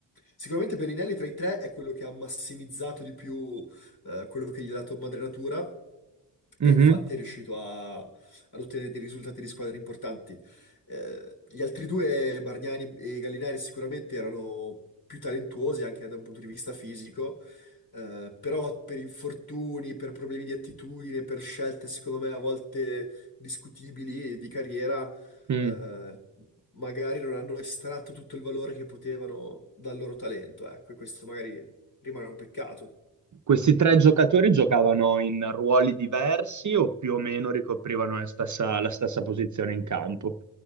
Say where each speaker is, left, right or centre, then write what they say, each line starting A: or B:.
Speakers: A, on the left; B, on the right.
A: Sicuramente Bellinelli tra i tre è quello che ha massimizzato di più eh, quello che gli ha dato Madre Natura
B: Mhm.
A: e infatti è riuscito a- ad ottenere dei risultati di squadre importanti. Eh, gli altri due, Bargnani e Gallinari, sicuramente erano più talentuosi anche da un punto di vista fisico, eh, però per infortuni, per problemi di attitudine, per scelte secondo me a volte discutibili di carriera,
B: Mm.
A: eh, magari non hanno estratto tutto il valore che potevano dal loro talento, ecco, e questo magari rimane un peccato.
B: Questi tre giocatori giocavano in ruoli diversi o più o meno ricoprivano la stessa, la stessa posizione in campo?